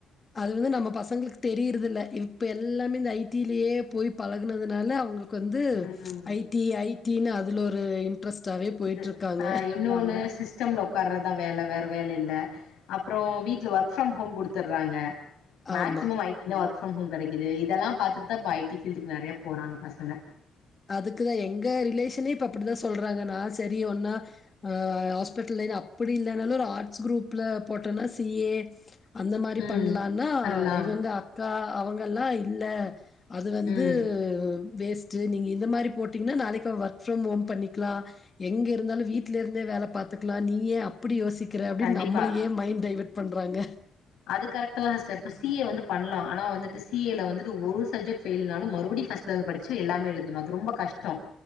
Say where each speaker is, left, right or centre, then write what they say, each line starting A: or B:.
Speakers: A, on the left (about 20°); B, on the left (about 80°).
A: அது வந்து நம்ம பசங்களுக்கு தெரியறது இல்ல இப்ப எல்லாமே இந்த ஐ டி லேயே போய் பழகுனதுனால அவுங்ளு க்கு வந்து
B: ம்
A: ஐ டி ஐ டி னு அதுல ஒரு இன்ட்ரெஸ்ட்டாவே போயிட்டுருக்காங்க.
B: இது ஆ இன்னொன்னு சிஸ்டம்ல உக்காார்றதா வேல வேற வேல இல்ல அப்றோ வீட்ல ஒர்க் ஃப்ரம் ஹோம் குடுத்துர்றாங்க மேக்சிம்
A: ஆமா.
B: ஐ டி னா ஒர்க் ஃப்ரம் ஹோம் கெடக்குது இதெல்லா பாத்துட்தா இப்ப ஐ டி ஃபீல்டுக்கு நெறையா போறாங்க பசங்க
A: அதுக்குதா எங்க ரிலேஷனே இப்ப அப்டிதா சொல்றாங்க நா சரி ஒன்னா ஆ ஹாஸ்பிட்டல் லைன் அப்புடி இல்லைனாலு ஒரு ஆட்ஸ் குரூப்ல போட்டனா சி ஏ அந்த மாரி
B: ம்
A: பண்ணலான்னா
B: பண்லா
A: இவங்க அக்கா அவங்கல்லா இல்ல அது வந்து
B: ம்
A: வேஸ்ட்டு நீங்க இந்த மாரி போட்டிங்ன்னா நாளைக்கு அவ ஒர்க் ஃப்ரம் ஹோம் பண்ணிக்லா எங்க இருந்தாலு வீட்ல இருந்தே வேல பாத்துக்லா நீயே அ ப்புடி யோசிக்ற அப்டின்
B: கண்டிப்பா
A: நம்மளேயே மைண் டைவட் பண்றாங்க
B: அது கரெக்ட்டு தான சிஸ்டர் இப்ப சி ஏ வந்து பண்ணலா ஆனா வந்துட்டு சி ஏ ல வந்துட்டு ஒரு சப்ஜெக்ட் ஃபெயில்னாலு மறுபடியு ஃபஸ்ட் லந்து படிச்சு எல்லாமே எழுதணு அது ரொம்ப கஷ்டோ